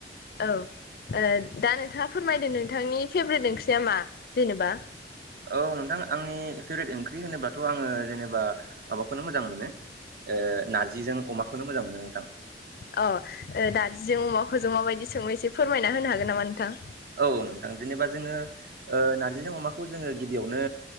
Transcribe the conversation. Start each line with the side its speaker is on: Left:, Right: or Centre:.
Left: औ दा नोंथांङा फोरमायदों नोंथांनि फेभ्रेट ओंख्रिया मा? जेनेबा
Right: औ नोंथां आंनि फेभरेट ओंख्रि होनोबाथ' आंङो जेनेबा माबाखौनो मोजां मोनो। ओ नारजिजों अमाखौनो मोजां मोनो नोंथां।
Left: अ नार्जिजों अमाखौजों माबायदि संङो एसे फोरमायना होनो हागोन नामा नोंथां?
Right: औ नोंथां जेनेबा जोंङो ओ नार्जिजों अमाखौ जोंङो गिबियावनो